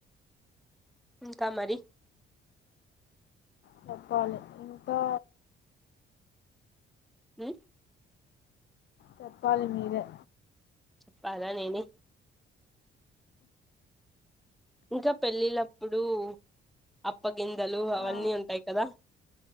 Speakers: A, in the centre; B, on the left.
A: ఇంకా మరి
B: చెప్పాలి ఇంకా
A: ఉ
B: చెప్పాలి మీరే
A: చెప్పాలా నేనే ఇంకా పెళ్ళిళ్ళకి అప్పుడు అప్పగింతలు అవన్నీ
B: ఆ
A: ఉంటాయి కదా